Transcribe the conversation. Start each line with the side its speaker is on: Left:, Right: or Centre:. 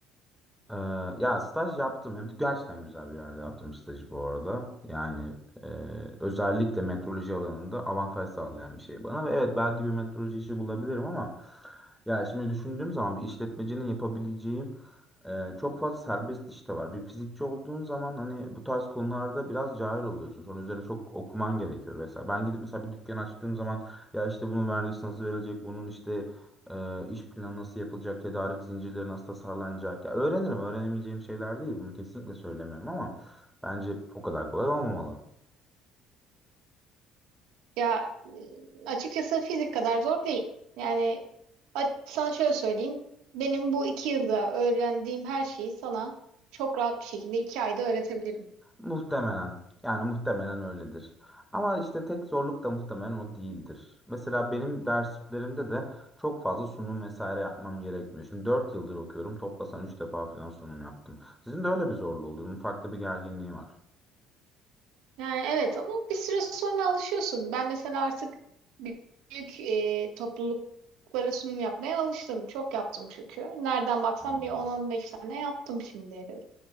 Centre: Ee, ya staj yaptım. Hem de gerçekten güzel bir yerde yaptım stajı bu arada. Yani e, özellikle metroloji alanında avantaj sağlayan bir şey bana. Ve evet belki bir metroloji işi bulabilirim ama ya şimdi düşündüğüm zaman bir işletmecinin yapabileceği e, çok fazla serbest iş de var. Bir fizikçi olduğun zaman hani bu tarz konularda biraz cahil oluyorsun. Sonra üzerine çok okuman gerekiyor vesaire. Ben gidip mesela bir dükkan açtığım zaman ya işte bunun vergisi nasıl verilecek, bunun işte e, iş planı nasıl yapılacak, tedarik zincirleri nasıl tasarlanacak. Ya öğrenirim, öğrenemeyeceğim şeyler değil. Bunu kesinlikle söylemiyorum ama bence o kadar kolay olmamalı.
Right: Ya e, açıkçası fizik kadar zor değil. Yani a- sana şöyle söyleyeyim. Benim bu iki yılda öğrendiğim her şeyi sana çok rahat bir şekilde iki ayda öğretebilirim.
Centre: Muhtemelen. Yani muhtemelen öyledir. Ama işte tek zorluk da muhtemelen o değildir. Mesela benim dersliklerimde de çok fazla sunum vesaire yapmam gerekmiyor. Şimdi 4 yıldır okuyorum. Toplasan 3 defa falan sunum yaptım. Sizin de öyle bir zorluğu oluyor. Bunun farklı bir gerginliği var.
Right: Yani evet ama bir süre sonra alışıyorsun. Ben mesela artık büyük e, topluluklara sunum yapmaya alıştım. Çok yaptım çünkü. Nereden baksam
Centre: Hmm.
Right: bir 10-15 tane yaptım şimdiye kadar.